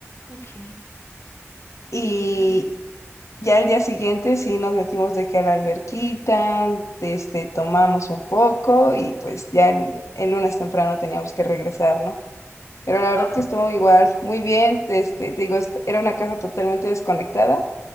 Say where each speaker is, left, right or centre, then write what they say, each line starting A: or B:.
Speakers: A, on the left; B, on the left.
A: Ok.
B: y
A: Genial.
B: Ya el día siguiente sí nos metimos de que a la alberquita, este, tomamos un poco y pues ya el, el lunes temprano teníamos que regresar, ¿no? Pero la verdad
A: Oh,
B: que estuvo igual, muy bien, este, te digo, est- era una casa totalmente desconectada,